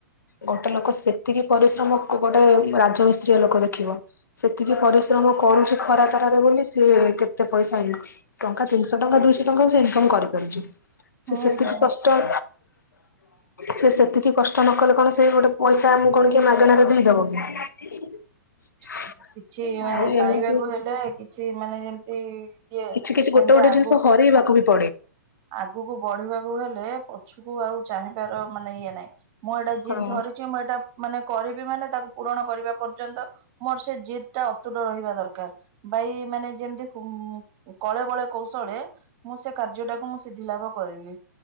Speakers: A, on the left; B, on the right.
A: ଗୋଟେ ଲୋକ ସେତିକି ପରିଶ୍ରମ କ ଗୋଟେ ରାଜମିସ୍ତ୍ରୀଆ ଲୋକ ଦେଖିବ ସେତିକି ପରିଶ୍ରମ ମ କରୁଛି ଖରା ତାରରେ ବୋଲି ସିଏ କେତେ ପଇସା ଇ ଟଙ୍କା ତିନିଶହ ଟଙ୍କା ଦୁଇଶହ ଟଙ୍କା ସେ ଇନକ କ କରି ପାରୁଚି ସେ
B: ହୁଁ
A: ସେତିକି
B: ହୁଁ
A: କଷ୍ଟ ସେ ସେତିକି କଷ୍ଟ ନ କଲେ କଣ ସେ ଗୋଟେ ପଇସା ଆମକୁ କଣ କି ମାଗଣାରେ ଦେଇଦବ କି? <inaudible>
B: କିଛି ମାନେ
A: ଆଉ ଏମିତି
B: ପାଇବାକୁ ହେଲେ କିଛି ମାନେ ଯେମିତି ଇଏ
A: କିଛି କିଛି ଗୋଟେ
B: ସେମିତି
A: ଗୋଟେ
B: ଆଗକୁ
A: ଜିନିଷ ହରେଇବାକୁ ବି ପ
B: ଆଗକୁ ବଢିବାକୁ ହେଲେ ପଛୁକୁ ଆଉ ଚାହିଁବାର ମାନେ ଇଏ ନାହିଁ। ମୁଁ ଏଇଟା ଜିଦ୍
A: ହଁ।
B: ଧରିଛି ମୁଁ ଏଇଟା ମାନେ କରିବି ମାନେ ତାକୁ ପୂରଣ କରିବା ପର୍ଯ୍ୟନ୍ତ ମୋର ସେ ଜିଦ୍ ଟା ଅତୁଟ ରହିବା ଦରକାର ବାଇ ମାନେ ଯେମିତି କୁଁ କଳେ ବଳେ କୌଶଳେ ମୁଁ ସେ କାର୍ଯ୍ୟଟା ମୁଁ ସିଧି ଲାଭ କରିବି